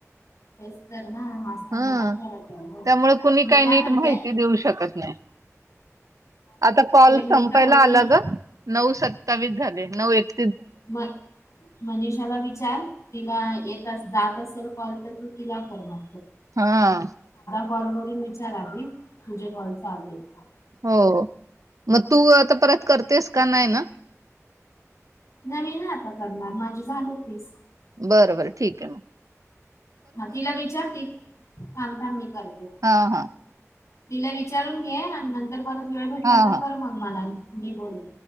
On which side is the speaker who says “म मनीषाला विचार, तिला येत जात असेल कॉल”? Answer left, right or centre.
Left